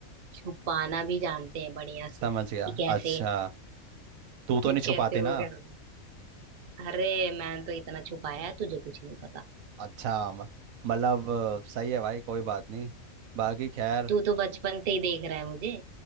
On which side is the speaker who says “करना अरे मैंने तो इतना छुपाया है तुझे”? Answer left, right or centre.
Right